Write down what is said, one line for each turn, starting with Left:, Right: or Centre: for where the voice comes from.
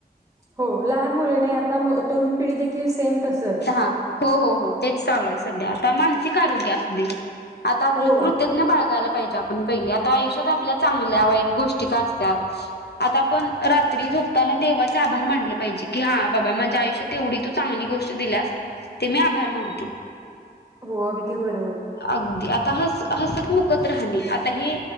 Right: हो लहान मुलीने आता तरुण पिढी देखील सेम तसच
Left: हा हो हो हो ते चालूय सध्या आता मानसिक आरोग्य असुदे आता आपल्या
Right: हो
Left: कृत्यजञ बाळगायला पाहिजे आयुष्यात आपल्या चांगल्या वाई गोष्टी का असतात आता आपण रात्री झोपताना देवाचे आभार मानले पाहिजे की हा बाबा माझ्या आयुष्यात तेवढी तू चांगली गोष्ट दिल्यास ते मी आभार मानते
Right: हो अगदी बरोबर
Left: अगदी आता हस हसत मुखत राहणे आता हे